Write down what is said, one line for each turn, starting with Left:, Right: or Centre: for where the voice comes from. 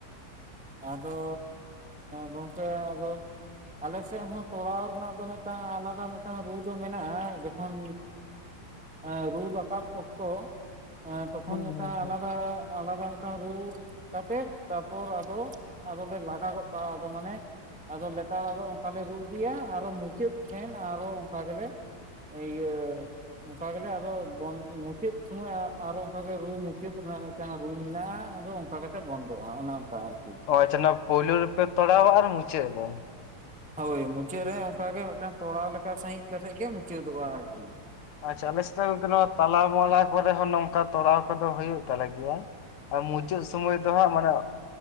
Centre: ᱟᱫᱚ ᱜᱚᱝᱠᱮ ᱟᱫᱚᱼᱼ ᱟᱞᱮᱥᱮᱫ ᱦᱚᱸ ᱛᱚᱲᱟᱣ ᱨᱮᱱᱟᱜ ᱫᱚ ᱢᱤᱫᱴᱟᱝ ᱟᱞᱟᱫᱟ, ᱢᱤᱫᱴᱟᱝ ᱨᱩ ᱫᱚ ᱢᱮᱱᱟᱜᱼᱟ ᱾ ᱡᱚᱠᱷᱚᱱᱼᱼ ᱮ ᱨᱩ ᱨᱟᱠᱟᱵ ᱚᱠᱛᱚᱼᱼ ᱮᱸ ᱛᱚᱠᱷᱚᱱ
Left: ᱦᱩᱸ
Centre: ᱢᱤᱫᱴᱟᱝ
Left: ᱦᱩᱸ ᱦᱩᱸ
Centre: ᱟᱞᱟᱫᱟ, ᱟᱞᱟᱫᱟ ᱢᱤᱫᱴᱟᱝ ᱨᱩ ᱠᱟᱛᱮᱜ ᱛᱟᱯᱚᱨ ᱟᱫᱚ ᱟᱫᱚᱞᱮ ᱞᱟᱜᱟ ᱜᱚᱫ ᱠᱟᱜ ᱠᱟᱜᱼᱟ ᱢᱟᱱᱮᱼᱼ ᱟᱫᱚ ᱞᱮᱛᱟᱲ ᱟᱫᱚ ᱚᱱᱠᱟ ᱞᱮ ᱨᱩ ᱤᱫᱤᱭᱟ, ᱟᱨᱚ ᱢᱩᱪᱟᱹᱫ ᱴᱷᱮᱱ ᱟᱨᱚ ᱚᱱᱠᱟ ᱜᱮᱞᱮ ᱤᱭᱟᱹᱼᱼ ᱚᱱᱠᱟ ᱜᱮᱞᱮ ᱟᱫᱚ ᱢᱩᱪᱟᱹᱫ ᱥᱚᱢᱚᱭ ᱟᱨᱚ ᱚᱱᱠᱟᱜᱮ ᱨᱩ ᱢᱩᱪᱟᱹᱫ ᱨᱮᱱᱟᱜ, ᱢᱤᱫᱴᱟᱝ ᱨᱩ ᱢᱮᱱᱟᱜᱼᱟ ᱾ ᱟᱫᱚ ᱚᱱᱠᱟ ᱠᱟᱛᱮ ᱵᱚᱱᱫᱚᱜᱼᱟ, ᱚᱱᱮ ᱚᱱᱠᱟ ᱟᱨᱠᱤ ᱾
Left: ᱯᱟᱪᱷᱮ ᱯᱳᱞᱳ ᱨᱮᱯᱮ ᱛᱟᱲᱟᱣᱟ, ᱟᱨ ᱢᱩᱪᱟᱹᱫ ᱨᱮ
Centre: ᱦᱳᱭ ᱢᱩᱪᱟᱹᱫ ᱨᱮ ᱚᱱᱠᱟᱜ ᱜᱮ, ᱢᱤᱫᱴᱟᱝ ᱛᱚᱲᱟ ᱞᱮᱠᱟ ᱥᱟᱹᱦᱤᱡ ᱠᱟᱛᱮᱫ ᱜᱮ ᱢᱩᱪᱟᱹᱫᱚᱜᱼᱟ ᱟᱨᱠᱤ ᱾
Left: ᱟᱪᱪᱷᱟ ᱟᱞᱮᱥᱮᱫ ᱜᱚᱝᱠᱮ ᱱᱚᱣᱟ ᱛᱟᱞᱟ ᱢᱟᱞᱟ ᱠᱚᱨᱮ ᱦᱚ, ᱱᱚᱝᱠᱟ ᱛᱚᱲᱟᱣ ᱠᱚᱫᱚ ᱦᱩᱭᱩᱜ ᱛᱟᱞᱮ ᱜᱮᱭᱟ ᱾ ᱟᱨ ᱢᱩᱪᱟᱹᱫ ᱥᱚᱢᱚᱭ ᱫᱚ ᱦᱟᱸᱜ ᱢᱟᱱᱮᱼᱼ